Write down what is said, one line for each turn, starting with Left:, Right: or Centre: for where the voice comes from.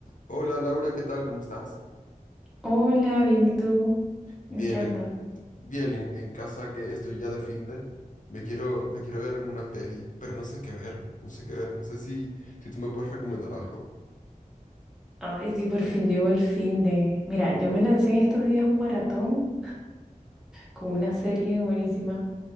Left: Hola Laura, ¿qué tal? ¿Cómo estás?
Centre: Hola, bien, ¿y tú?
Left: Bien,
Centre: ¿En qué andas?
Left: ac- bien en, en casa que estoy ya de fin de. Me quiero, me quiero ver una peli, pero no sé qué ver, no sé qué ver, no sé si, si tú me puedes recomendar algo.
Centre: Ay, sí, por fin llegó el fin de... Mira, yo me lancé en estos días un maratón con una serie buenísima